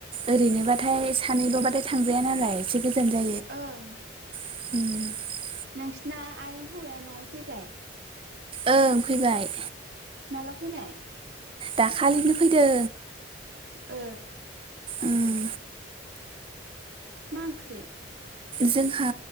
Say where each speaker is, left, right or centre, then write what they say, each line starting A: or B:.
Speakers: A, on the right; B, on the right.
A: ओरैनोबाथाय सानैल'बाथाय थांजाया नालाय एसे गोजोन जायो।
B: ओं।
A: <inaudible>
B: नोंसिना आयं हौवाया न'आव फैबाय।
A: ओं फैबाय।
B: माला फैनाय?
A: दाखालिनो फैदों।
B: ओ।
A: उम
B: मा ओंख्रि।
A: जोंहा